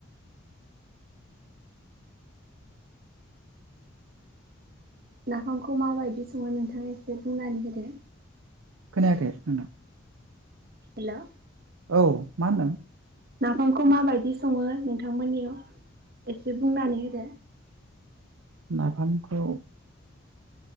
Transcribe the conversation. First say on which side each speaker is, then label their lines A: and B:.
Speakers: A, on the right; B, on the right.
A: नाफामखौ माबायदि सङो नोंथाङा एसे बुंनानै होदो।
B: खोनाखै नोंथां।
A: हेलौ
B: औ मा होनदों?
A: नाफामखौ माबायदि सङो नोंथांमोननियाव एसे बुंनानै होदो?
B: नाफामखौ।